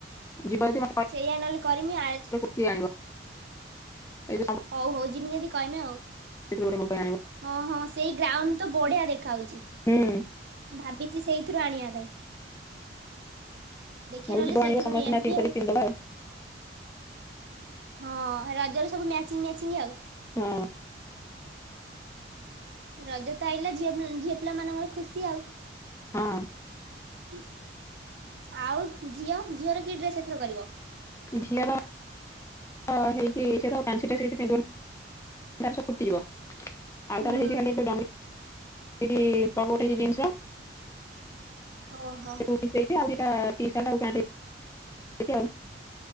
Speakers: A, on the left; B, on the right.
A: ଯିବ ଯଦି ମତେ
B: ସେଇଆା ନହେଲେ କରିମି ଆଜ୍
A: କିଏ ଆଣିବ ଏ ଯୋଉ ଶମ୍ଭୁ
B: ହୋଉ ହୋଉ ଯିମି ଯଦି କଇମି ଆଉ।
A: ମୋ ପାଇଁ ଆଣିବ।
B: ହଁ ହଁ ସେଇ ଗ୍ରାଉନ୍ ତ ବଢିଆ ଦେଖା ହୋଉଚି।
A: ହୁଁ।
B: ଭାବିଚି ସେଇଥୁରୁ ଆଣିଆ ପାଇଁ। ଦେଖେ
A: ମୁଁ
B: ନହେଲେ
A: ଯିବ
B: ସେଇଥୁରୁ
A: ଆଣିବ ସମସ୍ତେ
B: ନେଇଆସିବି
A: ମ୍ୟାଚିଂ
B: ଆଉ।
A: କରିକି ପିନ୍ଧିଦବା
B: ହଁ ରଜ ରେ ସବୁ ମ୍ୟାଚିଂ ମ୍ୟାଚିଂ ଆଉ।
A: ହୁଁ।
B: ରଜ ତ ଆଇଲା ଝିଅମିଲ ଝିଅ ପିଲା ମାନଙ୍କର ଖୁସି ଆଉ।
A: ହଁ।
B: ଉ ଆଉ ଝିଅ ଝିଅର କି ଡ୍ରେସ୍ ଏଥର କରିବ?
A: ଝିଅର ଝିଅର ହେଇଚି ସେ ତ ପାଣ୍ ସଟା ସେଛି ପିନ୍ଧୁନି ତାାର ସ ଫୁଟିଯିବ। ଆଉ
B: ହୁଁ
A: ତାର ହେଇଛି ଖାଲି ଡନି ପକୋଠେଇଛି ଜିନିଷ।
B: ଓହ।
A: ଉଟି ସେଇଟି ଆଉ ଟିଇସାଟ ଆଉ ପ୍ୟାଣ୍ଟ ହେଇଚି ଆଉ।